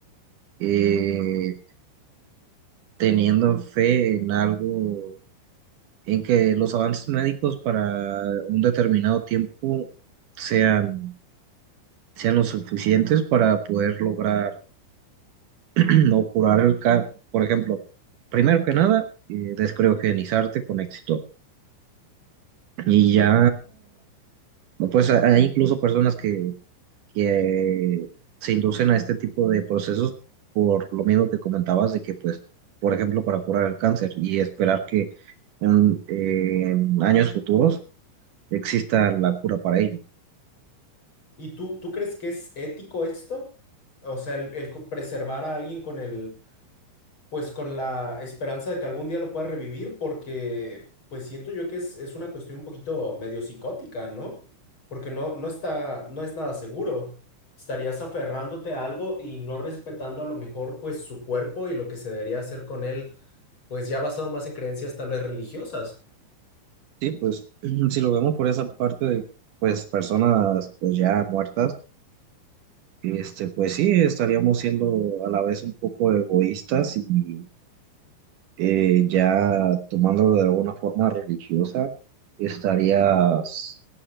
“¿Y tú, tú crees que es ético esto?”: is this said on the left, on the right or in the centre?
Left